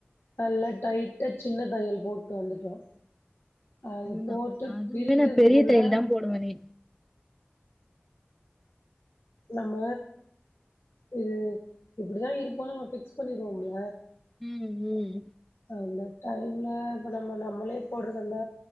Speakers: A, on the left; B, in the centre.
A: நல்லா டைட்டா சின்ன தையல் போட்டு வந்துட்டோ அது
B: <inaudible>
A: போட்டு
B: அதுவுமே
A: பிரிக்கிறதுக்குள்ள
B: நா பெரிய தையல் தா போடுவேனே
A: நம்ம இது இப்புடிதா இருப்போனு நம்ம ஃபிக்ஸ் பண்ணிருவோம்ல
B: ம் ம்
A: அந்த டைம்ல இப்ப நம்ம நம்மளே போட்றதுல்ல